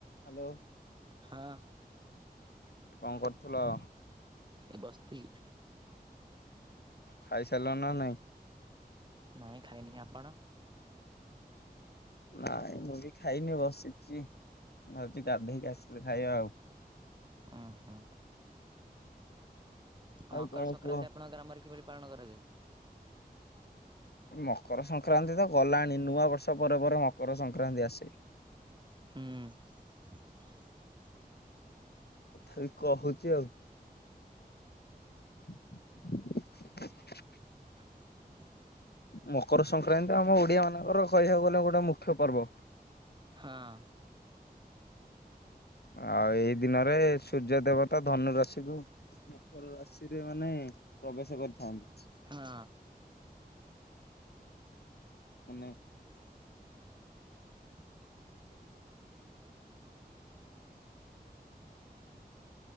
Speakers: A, on the left (about 80°); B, on the right (about 30°).
A: Hello.
B: ହଁ
A: କଣ କରୁଥିଲ?
B: ଏ ବାସେଥିଲି।
A: ଖାଇସାରିଲ ନା ନାଇଁ?
B: ନାହିଁ ଖାଇନି ଆପଣ?
A: ନାଇଁ ମୁଁ ବି ଖାଇନି ବସିଛି। ହଉଛି ଗାଧେଇକି ଆସିଲି ଖାଇବା ଆଉ।
B: ଓ ହୋ। ଆଉ ମକର
A: କଣ
B: ସଂକ୍ରାନ୍ତି
A: କୁହ?
B: ଆପଣଙ୍କର ଗ୍ରାମରେ କିଭଳି ପାଳନ କରାଯାଏ?
A: ମକର ସଂକ୍ରାନ୍ତି ତ ଗଲାଣି ନୂଆ ବର୍ଷ ପରେ ପରେ ମକର ସଂକ୍ରାନ୍ତି ଆସେ।
B: ହୁଁ ହ ସେ <inaudible>
A: ତଥାପି କହୁଛି ଆଉ। <inaudible>
B: <unintelligible>
A: ମକର ସଂକ୍ରାନ୍ତି ଆମ ଓଡିଆ ମାନଙ୍କର କହିବାକୁ ଗଲେ ଗୋଟେ ମୁଖ୍ୟ ପର୍ବ।
B: ହଁ
A: ଆଉ ଏଇ ଦିନରେ ସୂର୍ଯ୍ୟ ଦେବତା ଧନୁ ରାଶିକୁୁ ମ ରାଶିରେ ମାନେ ପ୍ରବେଶ କରିଥାନ୍ତି।
B: ହଁ
A: ଅନେ
B: <unintelligible>
A: <inaudible>